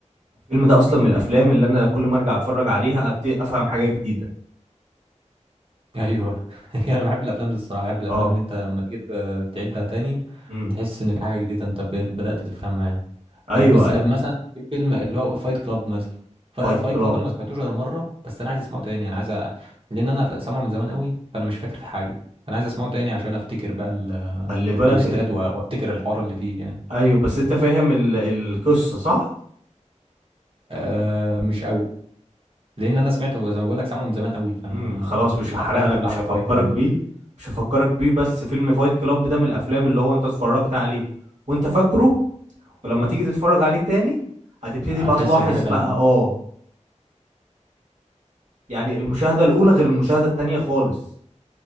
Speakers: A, on the right (about 70°); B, on the right (about 45°).
A: الفيلم ده اصلا من الافلام اللي انا كل ما ارجع اتفرج عليها أكت- افهم حاجه جديده
B: ايوه <laughs> انا بحب الافلام دي الصراحه بحب الافلام
A: اه
B: اللي انت لما تيجي ت- تعيدها تاني
A: امم
B: تحس ان في حاجه جديده انت بد- بدات تفهمها يعني
A: ايوه
B: آه، بالذات
A: ايوه
B: مثلا في فيلم اللي هو فايت كلاب مثلا
A: فايت
B: فايت
A: كلاب
B: كلاب انا ما سمعتوش غير مره بس انا عايز اسمعه تاني انا عايز أ... لان انا ف- سامعه من زمان قوي فانا مش فاكر في حاجه فانا عايز اسمعه تاني عشان افتكر بقى ال-
A: خلي
B: التويستات
A: بالك انت
B: و- وافتكر الحوار اللي فيه يعني
A: ايوه بس انت فاهم ال... القصه صح
B: أه مش قوي لان انا سمعته زي ما بقول لك سامعه من زمان قوي فانا
A: امم خلاص مش
B: حرفيا
A: هحرق لك
B: كل
A: مش
B: حاجه
A: هفكرك
B: طايره يعني
A: بيه مش هفكرك بيه بس فيلم فايت كلاب ده من الافلام اللي هو انت اتفرجت عليه وانت فاكره ولما تيجي تتفرج عليه تاني هتبتدي
B: هتحس
A: بقى تلاحظ
B: بحاجه تانية
A: بقى اه يعني المشاهدة الأولى غير المشاهدة التانية خالص